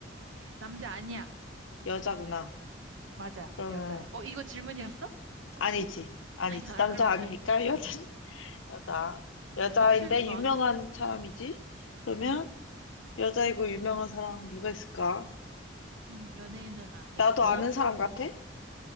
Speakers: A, on the right; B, on the left.
A: 남자 아니야.
B: 여자구나
A: 맞아,
B: 그러면
A: 여자야. 어, 이거 질문이었어? 혹시?
B: 아니지. 아니지.
A: <laughs> 아,
B: 남자
A: 그러면,
B: 아니니까 여자, <laughs> 여자.
A: 그러면
B: 여자인데
A: 7번.
B: 유명한 사람이지? 그러면 여자이고 유명한 사람 누가 있을까?
A: 음, 연예인은 아니고.
B: 나도 아는 사람 같아?